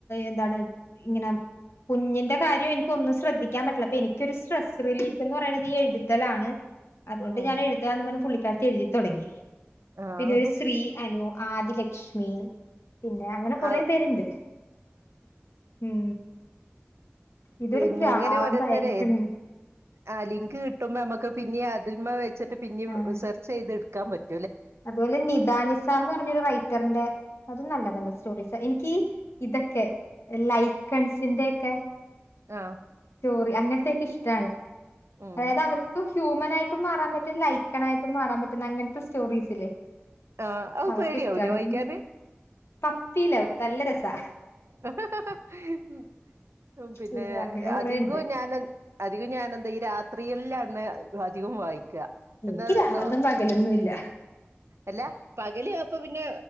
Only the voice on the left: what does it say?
എന്താണ് ഇങ്ങനെ കുഞ്ഞിന്റെ കാര്യം എനിക്കൊന്നും ശ്രദ്ധിക്കാൻ പറ്റില്ല. അപ്പൊ എനിക്കൊരു സ്ട്രെസ് റിലീഫ് എന്ന് പറയണത് ഈ എഴുതലാണ്. അതുകൊണ്ട്
ഞാൻ എഴുതാന്ന് പറഞ്ഞ് പുള്ളിക്കാരിത്തി എഴുതി തൊടങ്ങി.
പിന്നെ ഒരു ശ്രീ അനു ആദി ലക്ഷ്മി പിന്നെ അങ്ങനെ കൊറെ
പേര്ണ്ട്. ഉം ഇതൊരു
പ്രാന്തായേക്ക്ണ്
ആഹ്
അതുപോലെ നിത നിസ എന്ന് പറഞ്ഞൊരു റൈറ്ററിന്റെ അതും നല്ല നല്ല സ്റ്റോറീസ് എനിക്ക് ഇതൊക്കെ ലൈക്കൺസിന്റെയൊക്കെ
സ്റ്റോറി അങ്ങനത്തെെയൊക്കെ ഇഷ്ടാണ്.
അതായത് അവർക്കും ഹ്യൂമനായിട്ടും മാറൻ പറ്റും. ലൈക്കണായിട്ടും മാറാൻ പറ്റും അങ്ങനത്തെ സ്റ്റോറീസില്ലേ
അതൊക്കെ
ഇഷ്ടാണ്
ഉം പപ്പി ലവ് നല്ല രസാ.
അയ്യോ അങ്ങനെ കൊറേണ്ട്
എനിക്ക്
രാവന്നും പകലൊന്നുംല്ല.